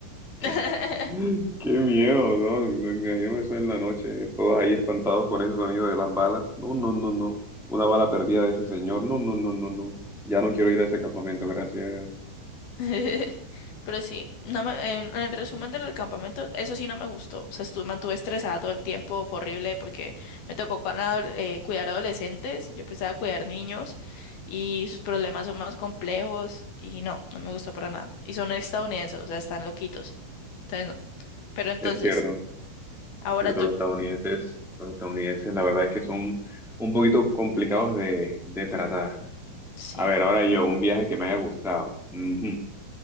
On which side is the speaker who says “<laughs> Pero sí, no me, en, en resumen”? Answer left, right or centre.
Left